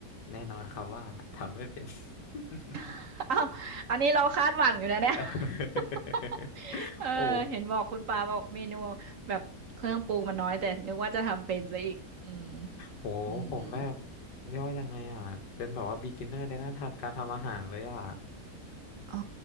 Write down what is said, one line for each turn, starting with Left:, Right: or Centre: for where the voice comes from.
Left: แน่นอนครับว่าทำไม่เป็น <laughs>
Right: <laughs> อ้าวอันนี้เราคาดหวังอยู่นะเนี่ย
Left: <laughs>
Right: <laughs> เออเห็นบอกคุณปาบอกเมนู
Left: โอ้
Right: แบบเครื่องปรุงมันน้อยแต่นึกว่าจะทำเป็นซะอีกอืม
Left: โห <laughs> โหผมแบบ
Right: อืมอืม
Left: เรียกว่ายังไงอ่ะ เป็นแบบว่า beginner ในด้านทางการทำอาหารเลยอ่ะ
Right: อ๋อ